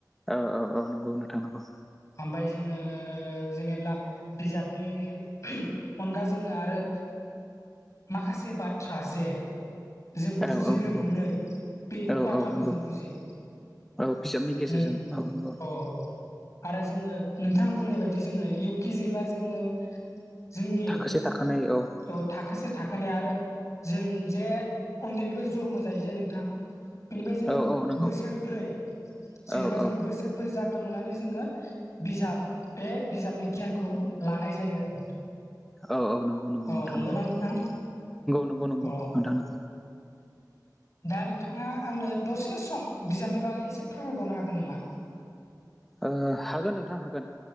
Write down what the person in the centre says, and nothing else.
औ औ औ नोंगौ नोंथां नोंगौ।
औ
औ नंगौ
औ
औ नंगौ
औ बिजाबनि गेजेरजों
औ नोंगौ
थाखोसे थाखानाय औ
औ औ नंगौ
औ
औ
औ औ नंगौ नंगौ नोंथौ
नंगौ
नंगौ नंगौ
नोंथां।
ओ हागोन नोंथां हागोन